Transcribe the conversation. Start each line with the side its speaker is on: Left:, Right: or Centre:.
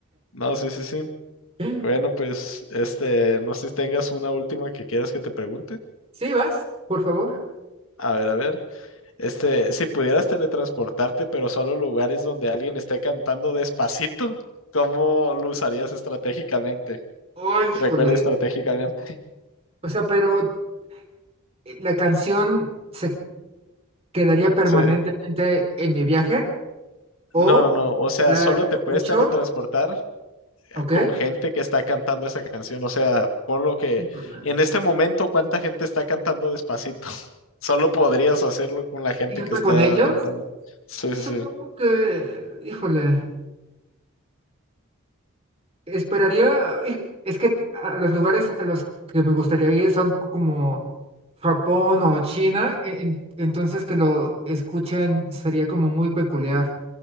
Left: No, sí, sí, sí.
Right: Sí,
Left: Bueno, pues, este, no sé si tengas una última que quieras que te pregunte.
Right: vas, por favor.
Left: A ver, a ver. Este, si pudieras teletransportarte, pero solo a lugares donde alguien esté cantando despacito, ¿cómo lo usarías estratégicamente?
Right: Ay, híjole.
Left: Recuerda estratégicamente.
Right: O sea, pero eh, ¿la canción se quedaría permanentemente
Left: Sí.
Right: en mi viaje? ¿O
Left: No, no, no. O sea,
Right: la
Left: solo te puedes
Right: escucho?
Left: teletransportar eh,
Right: ¿Ok?
Left: con gente que está cantando esa canción. O sea, por lo que
Right: Híjole.
Left: en este momento, ¿cuánta gente está cantando Despacito? <laughs> Solo podrías hacerlo con la gente
Right: ¿Irme
Left: que está
Right: con ellos?
Left: cantando. Sí,
Right: Supongo
Left: sí, sí.
Right: que, híjole, esperaría, hij- es que a los lugares a los que me gustaría ir son co- como Japón o China, en- en- entonces que lo escuchen sería como muy peculiar.